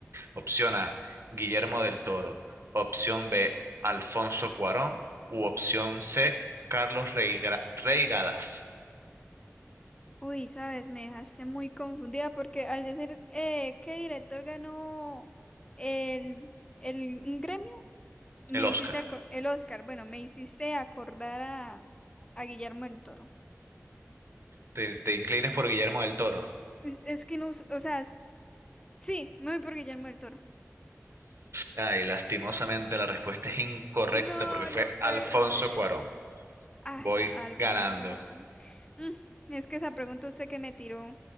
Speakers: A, on the right; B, on the left.
A: Opción A, Guillermo del Toro. Opción B, Alfonso Cuarón. U opción C, Carlos Reigra- Reigadas,
B: Uy, sabes, me dejaste muy confundida porque al decir eh, qué director ganó el, el un gremio, me
A: el Oscar.
B: hiciste aco- el Oscar, bueno, me hiciste acordar a, a Guillermo del Toro.
A: ¿Te, te inclinas por Guillermo del Toro?
B: Es que no, s- o sea, s- sí, me voy por Guillermo del Toro.
A: Ay, lastimosamente la respuesta es incorrecta
B: No,
A: porque fue
B: no puede
A: Alfonso
B: ser.
A: Cuarón.
B: Ah,
A: Voy
B: s- Alfonso
A: ganando.
B: Cuarón. Mm, es que esa pregunta usted que me tiró.